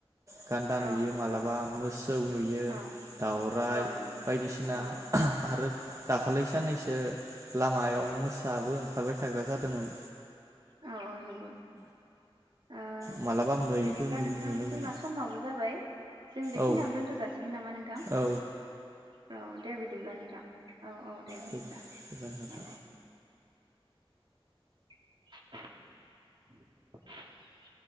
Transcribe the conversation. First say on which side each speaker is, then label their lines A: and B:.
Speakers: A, on the right; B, on the right.
A: गान्दा
B: औ
A: नुयो माला मा मोस सौ नुयो
B: औ
A: दाउराइ
B: औ नंगौ
A: बायदिसिना
B: औ
A: आरो दाखालि साननैसो लामायाव मोसाबो ओंखारबाय थाग्रा जादोंमोन।
B: औ औ नंगौ। ओ
A: मालाबा मैबो
B: बिदिब्ला
A: नुनो
B: नोंथां
A: मोनो
B: जोंना समाबो जाबाय। जों बेखियावनो
A: औ
B: दोनथ जासिगोनामा? नोंथां
A: औ
B: औ दे बिदिब्ला नोंथां औ औ दे बिदिब्ला
A: होगोन नोंथां
B: औ दे। <unintelligible>